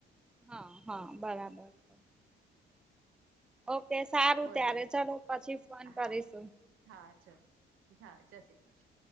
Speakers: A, in the centre; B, on the right (about 85°).
A: હા હા બરાબર. છે. ઓકે સારું
B: બોલો
A: ત્યારે ચલો પછી ફોન
B: હા
A: કરીશું
B: હા ચલો. હા જય શ્રી કૃષ્ણ.